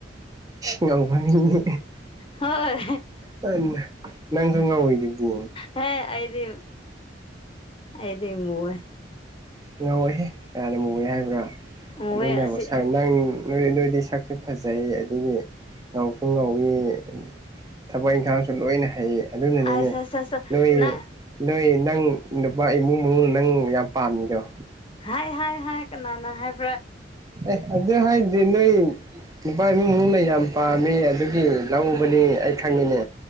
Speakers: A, on the right; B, on the left.
A: ꯉꯝꯕ ꯃꯤꯅꯤ꯫
B: ꯍꯣꯏ
A: ꯇꯟ ꯅꯪꯖꯨ ꯉꯥꯎꯔꯤꯗꯨꯗꯤ꯫
B: ꯍꯦ ꯑꯩꯗꯤ ꯑꯩꯗꯤ ꯃꯨꯌꯦ
A: ꯉꯧꯋꯤꯌꯦ ꯀꯅꯥꯅ ꯃꯨꯏ ꯍꯥꯏꯕ꯭ꯔꯥ
B: ꯃꯨꯋꯦ
A: ꯑꯗꯨꯅ
B: ꯑꯁꯤ
A: ꯅꯪ ꯅꯅꯣꯏꯔꯗꯤ ꯁꯛꯁꯨ ꯐꯖꯩ ꯑꯗꯨꯗꯒꯤ ꯉꯥꯎꯁꯨ ꯉꯧꯏ ꯫ ꯊꯕꯛ ꯏꯪꯈꯥꯡꯁꯨ ꯂꯣꯏꯅ ꯍꯩ ꯑꯗꯨꯅꯅꯤꯅꯦ
B: ꯑꯁ ꯑꯁ ꯑꯁ
A: ꯅꯣꯏ
B: ꯅꯪ
A: ꯅꯣꯏ ꯅꯪ ꯅꯨꯄꯥ ꯏꯃꯨꯡ ꯃꯅꯨꯡꯅ ꯅꯪ ꯌꯥꯝ ꯄꯥꯝꯃꯤꯗꯣ꯫
B: ꯍꯥꯏ ꯍꯥꯏ ꯍꯥꯏ ꯀꯅꯥꯅ ꯍꯥꯏꯕ
A: ꯑꯦ ꯑꯗꯨꯗ ꯍꯥꯏ ꯑꯗꯨꯗꯤ ꯅꯣꯏ ꯅꯨꯄꯥꯏ ꯏꯃꯨꯡ ꯃꯅꯨꯡꯅ ꯌꯥꯝ ꯄꯥꯝꯃꯤ ꯑꯗꯨꯒꯤ ꯂꯧꯎꯕꯅꯤ ꯑꯩ ꯈꯪꯉꯤꯅꯦ꯫